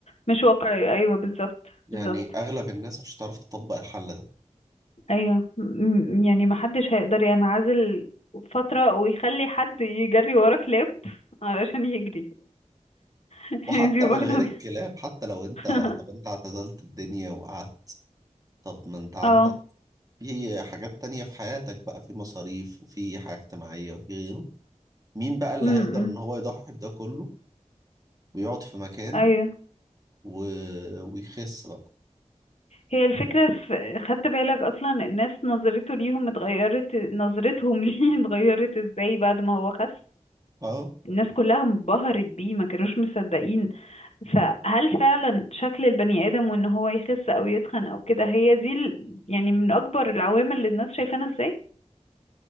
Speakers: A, on the left (about 60°); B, on the right (about 30°).
A: مش واقعي ايوه بالظبط
B: يعني
A: بالظبط
B: اغلب الناس مش هتعرف تطبق الحل ده
A: ايوه م- م- يعني محدش هيقدر ينعزل فترة ويخلي حد يجري ورا كلاب علشان يجري <laughs>
B: وحتى
A: دي برضه
B: من غير الكلاب حتى لو انت
A: <laughs>
B: طب انت اعتزلت الدنيا وقعدت طب ما انت عندك
A: اه
B: في حاجات تانية في حياتك بقى في مصاريف وفي حاجة اجتماعية وفي غيره مين بقى اللي
A: م-
B: هيقدر ان
A: م.
B: هو يضحي بده كله ويقعد في مكان
A: ايوه
B: و... ويخس بقى
A: هي الفكرة في خدت بالك أصلا الناس نظرته ليهم اتغيرت نظرتهم <laughs> ليه اتغيرت ازاي بعد ما هو خس
B: اه
A: الناس كلها انبهرت بيه ما كانوش مصدقين فهل فعلا شكل البني آدم وإن هو يخس أو يتخن أو كده هي دي ال... يعني من أكبر العوامل اللي الناس شايفانا ازاي